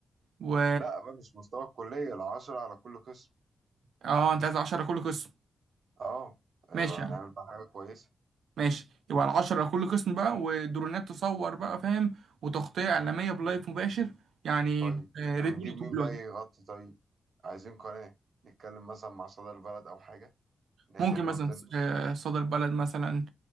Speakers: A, on the right; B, on the right.
A: و
B: لا بقى مش مستوى الكلية العشرة على كل قسم
A: اه انت عايز 10 كل قسم
B: اه آه،
A: ماشي يعني
B: هنعمل بقى حاجة كويسة
A: ماشي يبقى ال 10 كل قسم بقى ودرونات تصور بقى فاهم وتغطية إعلامية بلايف مباشر يعني
B: طيب
A: آه، ريد
B: هنجيب
A: بول يطوب
B: مين
A: الواجب
B: بقى يغطي طيب عايزين قناة نتكلم مثلا مع صدى البلد أو حاجة إن هي
A: ممكن
B: تيجي تغطي
A: مثلا آه، صدر بلد مثلا